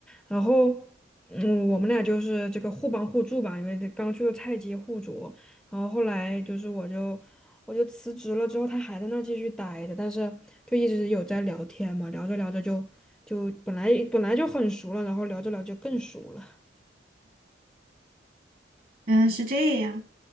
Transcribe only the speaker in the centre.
然后嗯，我们俩就是这个互帮互助吧，因为这刚去的菜鸡互啄，然后后来就是我就我就辞职了之后，他还在那儿继续待着，但是就一直有在聊天嘛，聊着聊着就就本来本来就很熟了，然后聊着聊着就更熟了。